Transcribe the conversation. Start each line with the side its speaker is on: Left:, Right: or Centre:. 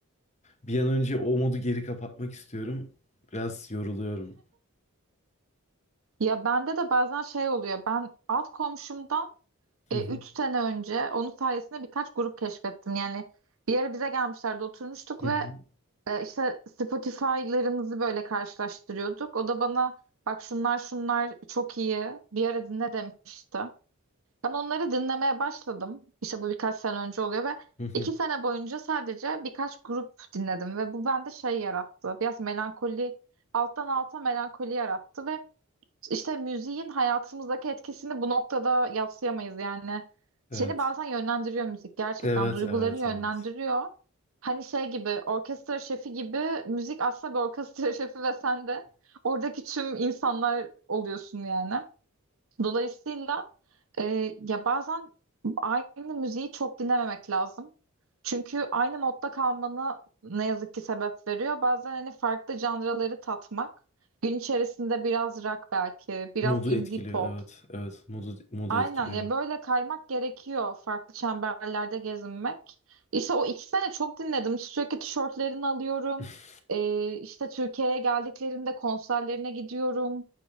Left: e, bir an önce o modu geri kapatmak istiyorum. Biraz yoruluyorum.
Right: Ya bende de bazen şey oluyor. Ben alt komşumdan
Left: Hı
Right: e,
Left: hı.
Right: 3 sene önce onun sayesinde birkaç grup keşfettim. Yani bir ara bize gelmişlerdi oturmuştuk
Left: Hı
Right: ve
Left: hı.
Right: e, işte Spotify'larımızı böyle karşılaştırıyorduk. O da bana bak şunlar şunlar çok iyi bir ara dinle demişti. Ben onları dinlemeye başladım. İşte bu birkaç sene önce oluyor ve
Left: Hı hı.
Right: iki sene boyunca sadece birkaç grup dinledim ve bu bende şey yarattı. Biraz melankoli, alttan alta melankoli yarattı ve işte müziğin hayatımızdaki etkisini bu noktada yadsıyamayız yani.
Left: Evet.
Right: Seni bazen yönlendiriyor müzik gerçekten
Left: Evet,
Right: duygularını
Left: evet,
Right: yönlendiriyor.
Left: evet.
Right: Hani şey gibi orkestra şefi gibi müzik aslında bir orkestra <laughs> şefi ve sen de oradaki tüm insanlar oluyorsun yani. Dolayısıyla e, ya bazen aynı müziği çok dinlememek lazım. Çünkü aynı modda kalmana ne yazık ki sebep veriyor. Bazen hani farklı janraları tatmak. Gün içerisinde biraz rock belki, biraz
Left: Modu
Right: indie
Left: etkiliyor.
Right: pop.
Left: Evet, evet. Modu modu
Right: Aynen
Left: etkiliyor.
Right: ya böyle kaymak gerekiyor farklı çemberlerde gezinmek. İşte o iki sene çok dinledim. Sürekli tişörtlerini alıyorum.
Left: <laughs>
Right: Ee, işte Türkiye'ye geldiklerinde konserlerine gidiyorum.